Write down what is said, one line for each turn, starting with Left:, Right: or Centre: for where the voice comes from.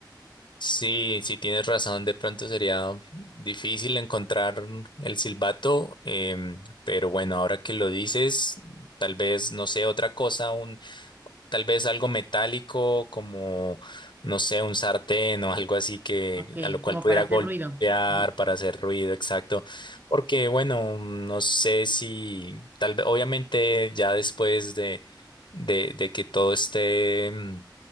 Left: sí, sí tienes razón, de pronto sería difícil encontrar el silbato, em, pero bueno, ahora que lo dices, tal vez, no sé, otra cosa, Tal vez algo metálico como, no sé, un sartén o algo así que
Right: Ok,
Left: a lo cual
Right: como
Left: pudiera
Right: para hacer
Left: golpear
Right: ruido, ¿no?
Left: para hacer ruido, exacto. Porque, bueno, no sé si, tal vez, obviamente ya después de, de, de que todo esté... mm,